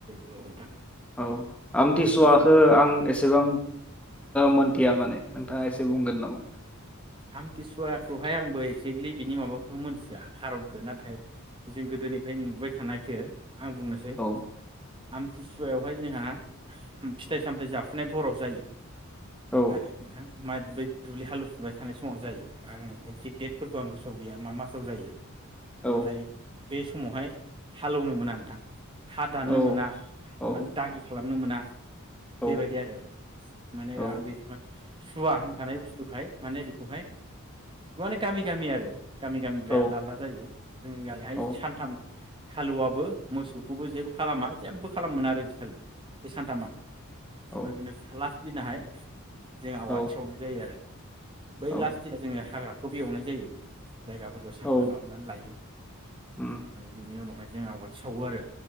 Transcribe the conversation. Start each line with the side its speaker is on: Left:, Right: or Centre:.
Right: औ नोंथां
Centre: औ आमतिसुवाखो
Right: आमथिसु
Centre: आं एसेबां मोनथिया माने। नोंथाङा एसे बुंगोन नामा?
Right: आमतिसुवाखौहाय आंबो एक्जेक्टलि बिनि माबाखौ मोनथिया खारनखो नाथाय जों गोदोनिफ्राय नुबाय थानायखो आं बुंनोसै
Centre: औ
Right: आमथिसुवायावहाय जोंहा फिथाइ सामथायाइ जाफुनाय भराव जायो।
Centre: औ
Right: आरो नोंथां। मातबै दुब्लि हालुफुबाय थानाय समाव जायो आं एकजेक डेटफोरखौ आं गोसोआ गैया मा मासाव जायो।
Centre: औ
Right: नाथाय बे समावहाय हालौनो मोना नोंथां हा दाननो
Centre: औ
Right: मोना
Centre: औ
Right: मान दागि खालाम नुनो मोना
Centre: औ
Right: बेबायदि आरो माने
Centre: औ
Right: आरो बे जुमाय सुवा होनखानाय बुस्थुहाय माने बेखौहाय माने गामि गामि आरो गामि गामि बो
Centre: औ
Right: आलदा आलदा जायो जोंनि गामिहाय
Centre: औ
Right: सानथाम हालुवाबबो मोसौखौबो जेबो खालामा जेबबो खालमोना आरो यैदिनखालि। बे सानथामा
Centre: औ
Right: ओमफाय बेना सालास दिनाहाय जों आवाथिसावनाय
Centre: औ
Right: जायो आरो। बै
Centre: औ
Right: लास्ट दिना जोङो हाग्रा फफि एवनाय जायो। जायगाफोरखौ साफा
Centre: औ
Right: खालामनानै लायो
Centre: उम
Right: ओमफाय बिनि उनावहाय जों आवथि सावो आरो।